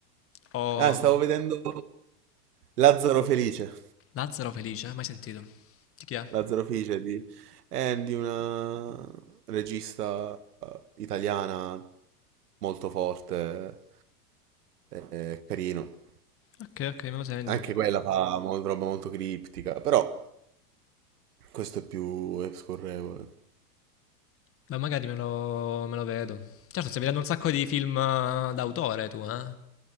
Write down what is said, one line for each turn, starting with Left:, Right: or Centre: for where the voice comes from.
Left: O
Right: Ah, stavo
Left: mm,
Right: vedendo Lazzaro Felice.
Left: Lazzaro Felice, mai sentito? Di chi è?
Right: Lazzaro Felice di, è di una regista eh, italiana molto forte, eh, carino.
Left: Ok, ok, me lo segno.
Right: Anche quella fa mol- roba molto criptica, però questo è più è scorrevole.
Left: Ma magari me lo, me lo vedo. Certo, stai vedendo un sacco di film eh, d'autore tu, eh?